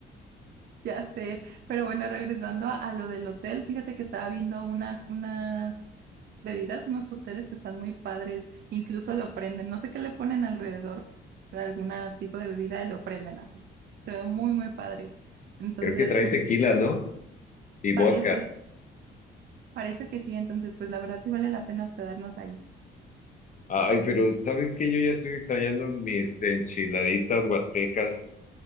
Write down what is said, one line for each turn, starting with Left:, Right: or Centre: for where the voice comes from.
Right: Ya sé, pero bueno, regresando a, a lo del hotel, fíjate que estaba viendo unas, unas bebidas, unos cócteles que están muy padres, incluso lo prenden, no sé qué le ponen alrededor de algún tipo de bebida, y lo prenden así, se ve muy, muy padre. Entonces,
Left: Creo que trae
Right: pues
Left: tequila,
Right: sí,
Left: ¿no? Y vodka.
Right: parece, parece que sí, entonces, pues la verdad sí vale la pena hospedarnos ahí.
Left: Ay, pero ¿sabes qué? Yo ya estoy extrañando mis enchiladitas huastecas.